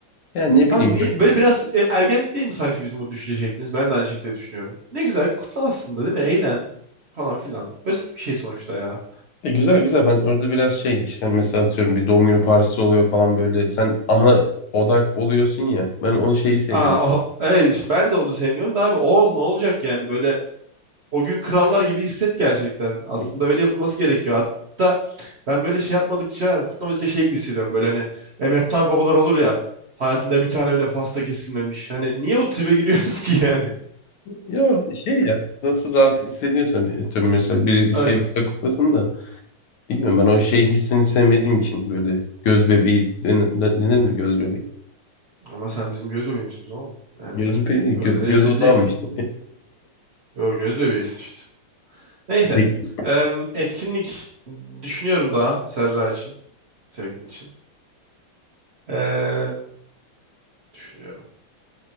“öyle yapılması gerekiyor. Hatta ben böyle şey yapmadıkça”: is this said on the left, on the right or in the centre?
Right